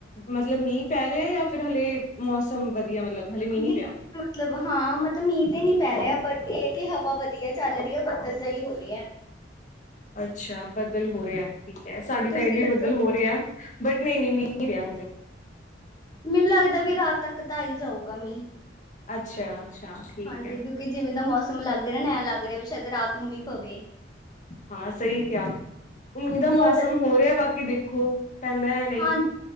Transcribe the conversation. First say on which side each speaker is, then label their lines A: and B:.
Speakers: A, on the left; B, on the left.
A: ਮਤਲਬ ਮੀਂਹ ਪੈ ਰਿਹਾ, ਜਾਂ ਫਿਰ ਹਲੇ। ਮੌਸਮ ਵਧੀਆ ਮਤਲਬ ਹਲੇ
B: ਰਿਹਾ
A: ਮੀਂਹ ਨੀ
B: ਨਹੀਂ
A: ਪਿਆ।
B: ਮਤਲਬ ਹਾਂ ਮਤਲਬ ਮੀਂਹ ਤੇ ਨੀ ਪੈ ਰਿਹਾ, ਬਟ ਇਹ ਹੈ ਕਿ ਹਵਾ ਵਧੀਆ ਚੱਲ ਰਹੀ ਹੈ, ਬੱਦਲ ਜਿਹਾ ਹੋ ਰਿਹਾ।
A: ਅੱਛਾ ਬੱਦਲ ਹੋ ਰਿਹਾ ਠੀਕ ਹੈ, ਸਾਡੇ
B: ਤੁਸੀਂ
A: ਤਾ ਵੀ
B: ਦੱਸੋ
A: ਬਦਲ ਹੋ ਰਿਹਾ। ਬਟ ਨਹੀਂ -ਨਹੀਂ ਮੀਹ ਨਈ ਪਿਆ ਹਜੇ।
B: ਮੈਨੂੰ ਲੱਗਦਾ ਫੇਰ ਰਾਤ ਤੱਕ ਤਾ ਆ ਈ ਜਾਊਗਾ ਮੀਂਹ।
A: ਅੱਛਾ- ਅੱਛਾ। ਠੀਕ
B: ਹਾਂਜੀ
A: ਹੈ।
B: ਕਿਉਂਕਿ ਜਿਵੇਂ ਦਾ ਮੌਸਮ ਲੱਗ ਰਿਹਾ, ਨ ਐ ਲੱਗ ਰਿਹਾ ਵੀ ਸ਼ਾਇਦ ਰਾਤ ਨੂੰ ਮੀਂਹ ਪਵੇ
A: ਹਾਂ ਸਹੀ ਕਿਹਾ, ਮੀਂਹ ਦਾ ਮੌਸਮ
B: ਹੋਰ ਦੱਸ
A: ਹੋ ਰਿਹਾ ਬਾਕੀ ਦੇਖੋ। ਕਹਿੰਦਾ ਹੈ। ਨਹੀ।
B: ਹਾਂ